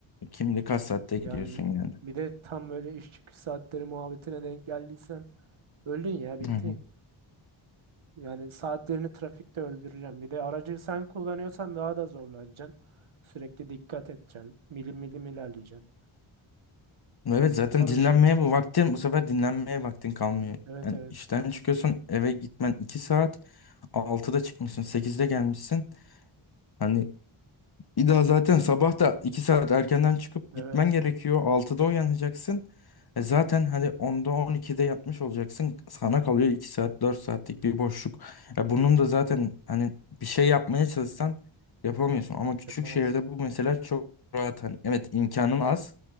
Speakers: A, on the left; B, on the right.
A: kim bilir kaç saatte
B: Yani
A: gidiyorsun yani.
B: bir de tam böyle iş çıkış saatleri muhabbetine denk geldiysen öldün ya bittin
A: Hı hı.
B: Yani saatlerini trafikte öldüreceğim. Bir de aracı sen kullanıyorsan daha da zorlanacaksın. Sürekli dikkat edeceksin. Milim milim ilerleyeceksin.
A: Evet
B: Çok zor
A: zaten dinlenmeye
B: bir şey.
A: bu vaktin bu sefer dinlenmeye vaktin kalmıyor.
B: Evet
A: Yani
B: evet.
A: işten çıkıyorsun eve gitmen 2 saat. altıda çıkmışsın sekizde gelmişsin. Hani Bir daha zaten sabah da 2 saat erkenden çıkıp
B: Evet.
A: gitmen gerekiyor. Altıda uyanacaksın. E zaten hani 10'da 12'de yatmış olacaksın. Sana kalıyor iki saat 4 saatlik bir boşluk. Ya bunun da zaten hani bir şey yapmaya çalışsan yapamıyorsun. Ama küçük
B: Yapamaz.
A: şehirde bu mesela çok rahat. Hani evet imkanın az.